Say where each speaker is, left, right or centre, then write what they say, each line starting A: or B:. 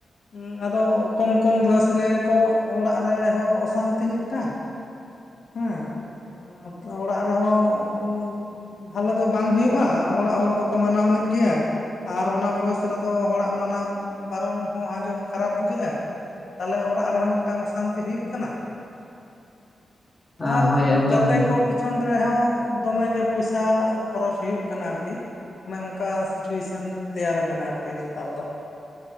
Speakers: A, on the left; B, on the left.
A: ᱩᱸ ᱟᱫᱚ ᱠᱚᱢ ᱠᱚᱢ ᱵᱚᱭᱮᱥ ᱨᱮᱠᱚ ᱚᱲᱟᱜ ᱨᱮ ᱦᱚᱸ ᱚᱥᱟᱱᱛᱤ ᱢᱤᱫᱴᱟᱝ ᱦᱮᱸ ᱚᱲᱟᱜ ᱨᱮᱦᱚᱸ ᱩᱸ ᱵᱷᱟᱞᱮ ᱫᱚ ᱵᱟᱝ ᱦᱳᱭᱳᱜᱼᱟ᱾ ᱚᱲᱟᱜ ᱦᱚᱲ ᱫᱚᱠᱚ ᱢᱟᱱᱟᱣᱱᱤᱡ ᱜᱤᱭᱟ, ᱟᱨ ᱚᱱᱟ ᱵᱚᱭᱚᱥ ᱨᱮᱫᱚ ᱦᱚᱲᱟᱜ ᱢᱟᱱᱟ ᱵᱟᱨᱚᱱ ᱦᱚᱸ ᱟᱸᱡᱚᱢ ᱠᱷᱟᱨᱟᱯ ᱵᱩᱡᱷᱟᱹᱜᱼᱟ᱾ ᱛᱟᱦᱞᱮ ᱚᱲᱟᱜ ᱨᱮᱦᱚᱸ ᱢᱤᱫᱴᱟᱝ ᱚᱥᱟᱱᱛᱤ ᱦᱩᱭᱩᱜ ᱠᱟᱱᱟ᱾
B: ᱠᱟᱱᱟ
A: ᱟᱨ
B: ᱦᱳᱭ ᱮᱠᱫᱚᱢ
A: ᱜᱟᱛᱮ ᱠᱚ ᱯᱤᱪᱷᱚᱱ ᱨᱮᱦᱚᱸ, ᱫᱚᱢᱮᱜᱮ ᱯᱚᱭᱥᱟ ᱠᱷᱚᱨᱚᱪ ᱦᱳᱭᱳᱜ ᱠᱟᱱᱟ ᱟᱨᱠᱤ᱾ ᱚᱱᱮ ᱚᱝᱠᱟ ᱥᱤᱪᱩᱭᱮᱥᱚᱱ ᱛᱮᱭᱟᱨᱟ ᱠᱟᱱᱟ ᱟᱨᱠᱤ ᱱᱮᱛᱟᱨ ᱫᱚ᱾